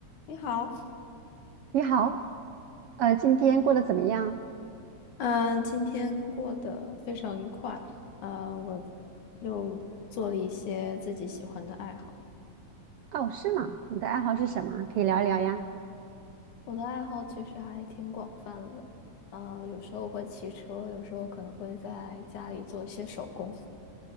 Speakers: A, on the left; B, on the right.
A: 你好，
B: 你好，呃，今天过得怎么样？
A: 嗯、今天过得非常愉快，呃，我又做了一些自己喜欢的爱好。
B: 哦，是吗？你的爱好是什么？可以聊一聊呀。
A: 我的爱好其实还挺广泛的，呃，有时候我会骑车，有时候可能会在家里做一些手工。